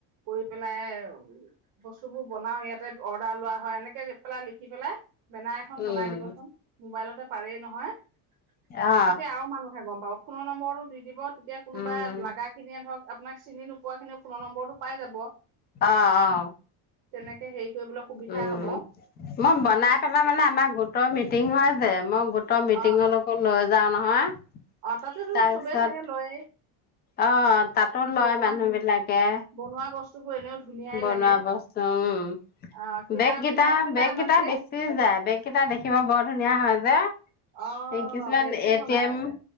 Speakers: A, on the right; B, on the left.
A: কৰি পেলাই বস্তুবোৰ বনাওঁ ইয়াতে অৰ্ডাৰ লোৱা হয় এনেকৈ পেলাই লিখি পেলাই বেনাৰ এখন
B: উম
A: বনাই দিবচোন মোবাইলতে পাৰেই নহয় তেতিয়া
B: অ অ
A: আৰু মানুহে গম পাব ফোনৰ নম্বৰটো দি দিব তেতিয়া কোনোবা
B: উম
A: লাগাখিনিয়ে ধৰক আপোনাক চিনি নোপোৱা খিনি ফোনৰ নম্বৰটো পাই যাব
B: অ অ
A: তেনেকে হেৰি কৰিবলৈ সুবিধা
B: উম
A: হব
B: উম মই বনাই পেলাই মানে আমাৰ গোটৰ মিটিং হয় যে মই গো ত মিটিঙৰ
A: অ
B: লকো লৈ যাও নহয়
A: অ তাতেতো
B: তাৰপিছত
A: চবে চাগে লয়ে
B: অ তাতো লয়
A: বনোৱা
B: মানুহ বিলাকে
A: বনোৱা বস্তুবোৰ এনেও ধুনীয়াই
B: বনোৱা
A: লাগে
B: বস্তু উ
A: অ' কিনা
B: বেগ কেইটা
A: কিনি পেলাই
B: বেগ
A: আনাতকে
B: কেইটা বেচি যায় বেগ কেইটা দেখিব বৰ ধুনীয়া হয় যে
A: অ'
B: কিছুমান
A: বেগো
B: এ
A: বনাই
B: টি এম
A: আছে